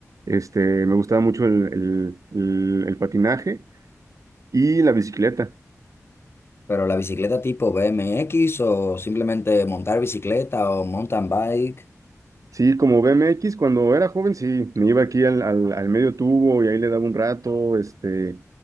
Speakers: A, on the right; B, on the left.
A: este, me gustaba mucho el, el- el- el patinaje y la bicicleta.
B: Pero la bicicleta tipo BMX o simplemente montar bicicleta o mountain bike.
A: Sí, como BMX, cuando era joven, sí, me iba aquí al, al, al medio tubo y ahí le daba un rato, este,